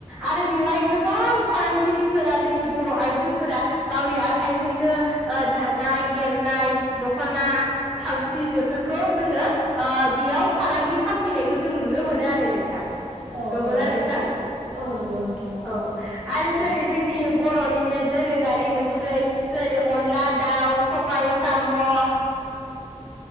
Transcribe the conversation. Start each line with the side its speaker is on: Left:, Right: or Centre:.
Centre: आरो बेवहाय गो बां फालांगिरिफोरा जोंनि बर' आइजो फोरा गावनि आखाइजोंनो ओ दानाय एरनाय दखना थावसि बेफोरखौ जोङो ओ बेयाव फालांगि खामफैनायखौ जों नुनो मोनो आरो नोंथां।
Right: औ
Centre: नंगौना
Right: औ
Centre: नोंथां
Right: औ नंगौ नोंथां
Centre: औ आरो जेरै
Right: औ
Centre: जोंनि बर'निनो <unintelligible> दोरोङारि ओंख्रै जेरै अनला दाउ सबाय साम' ओ